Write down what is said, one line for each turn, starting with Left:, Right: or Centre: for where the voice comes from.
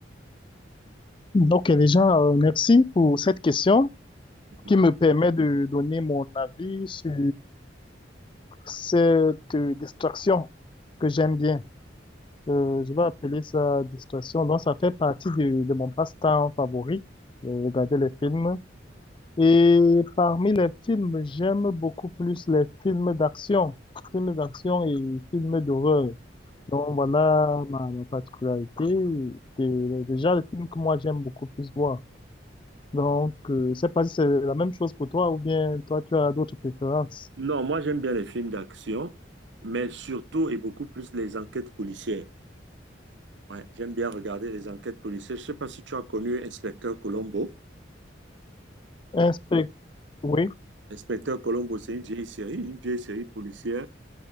Left: Ok, déjà, euh, merci pour cette question
Right: Mhm.
Left: qui me permet de donner mon avis sur cette euh, distraction que j'aime bien. Euh, je vais appeler ça distraction. Donc, ça fait partie de, de mon passe-temps favori, euh, regarder les films. Et parmi les films, j'aime beaucoup plus les films d'action, films d'action et films d'horreur. Donc, voilà ma, ma particularité. C'est déjà le film que moi, j'aime beaucoup plus voir. Donc, euh, je sais pas si c'est la même chose pour toi ou bien toi, tu as d'autres préférences.
Right: Non, moi, j'aime bien les films d'action, mais surtout et beaucoup plus les enquêtes policières. Ouais, j'aime bien regarder les enquêtes policières. Je sais pas si tu as connu Inspecteur Colombo.
Left: Inspect, oui,
Right: L'inspecteur Colombo, c'est une vieille série, une vieille série policière.